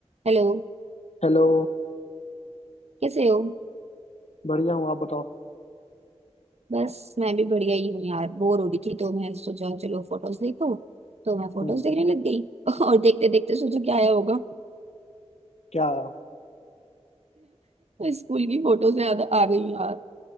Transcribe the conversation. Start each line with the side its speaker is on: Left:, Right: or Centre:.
Right: Hello
Left: हेलो
Right: कैसे हो
Left: बढ़िया हूँ आप बताओ
Right: बस मैं भी बढ़िया ही हूँ यार बोर हो रही थी तो मैं सोचा चलो फोटोज देखो तो मैं फोटोज
Left: हम्म
Right: देखने लग गई <laughs> और देखते देखते सोचो क्या आया होगा <laughs>
Left: क्या आया?
Right: स्कूल की फोटोज याद आ गई यार